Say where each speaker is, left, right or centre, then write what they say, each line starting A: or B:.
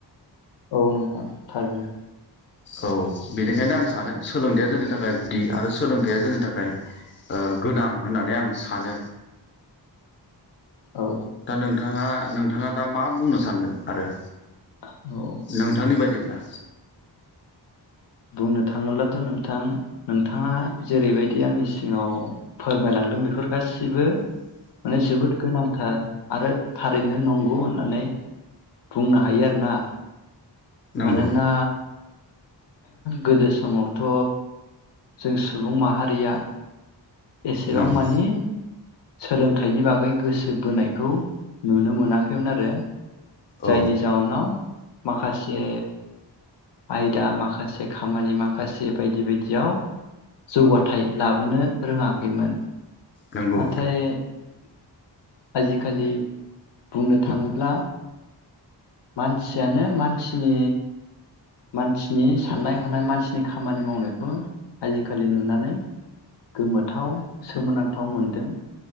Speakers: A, on the left; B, on the left.
A: औ नोंथां थारैनो
B: औ बेनिखायनो आं सानो सोलोंथाया जोंनि थाखाय गुदि आरो सो सोलोंथाइया जोंनि थाखाय ओ गोनां होननानै आं सानो
A: औ
B: दा नोंथाङा नोंथाङा दा मा बुंनो सानगोन आरो
A: औ ओ
B: नोंथांनि बायदिब्ला
A: बुंनो थाङोब्लाथ नोंथां नोंथाङा जेरैबायदि आंनि सिगाङाव फोरमायलांदों बेफोर गासिबो माने जोबोद गोनांथार आरो थारैनो नंगौ होननानै बुंनो हायो आरोना
B: नंगौ
A: मानोना गोदो समावथ' जों सुबुं माहारिया एसेबां
B: नंगौ
A: मानि सोलोंथाइनि बागै गोसो बोनायखौ नुनो मोनाखैमोन आरो जायनि
B: औ
A: जाउनाव माखासे आयदा माखासे खामानि माखासे बायदि बायदियाव जौगाथाय लाबोनो रोङाखैमोन
B: नंगौ
A: नाथाय आजिखालि बुंनो थाङोब्ला मानसियानो मानसिनि मानसिनि साननाय हनाय मानसिनि खामानि मावनायखौ आजिखालि नुनानै गोमोथाव सोमोनांथाव मोनदों।